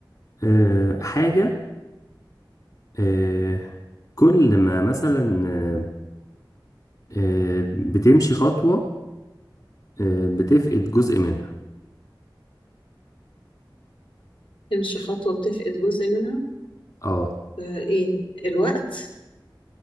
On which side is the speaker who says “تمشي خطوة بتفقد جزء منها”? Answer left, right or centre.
Left